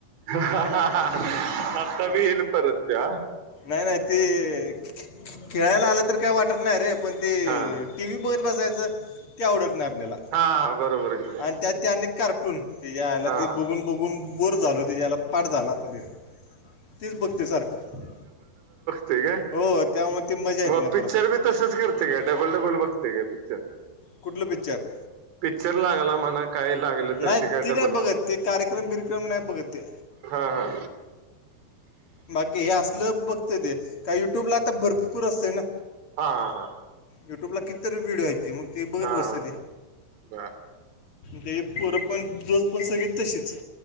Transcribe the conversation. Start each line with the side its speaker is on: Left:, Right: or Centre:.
Right: आता बी येईल परत त्या.
Left: नाही नाही ते खे- खे खेळायला आलं तर काही वाटत नाही रे पण ते
Right: हा
Left: टी व्ही बघत बसायचं ते आवडत नाही आपल्याला.
Right: हा बरोबर. की बरोबर
Left: आणि त्यात ते अनेक कार्टून तीज्या आईला
Right: हा
Left: ते बघून बघून गुण बोर झालो त्याच्या आईला पाठ झाला आता ते तेच बघतोय सारखं
Right: ते काय
Left: हो त्यामुळे ते मजा येत
Right: म
Left: नाही
Right: पिक्चर
Left: परत
Right: बी तसच करते काय डबल डबल बघते काय पिक्चर.
Left: कुठलं पिक्चर?
Right: पिकच्चर लागला म्हणा काय लागलं
Left: नाही
Right: तर ते काय डबल
Left: नाही बघत ते कार्यक्रम बिरक्रम नाही बघत ते
Right: हा हा.
Left: बाकी हे असलं बघत ते का युट्यूबला आता भरपूर असतंय ना.
Right: हा हा हा.
Left: युट्यूबला किती तरी व्हिडिओ आहेत ती मग. ते बघत
Right: हा हा
Left: बसतं
Right: हा बा.
Left: ते पोर पण दोस पण सगळी तशीच.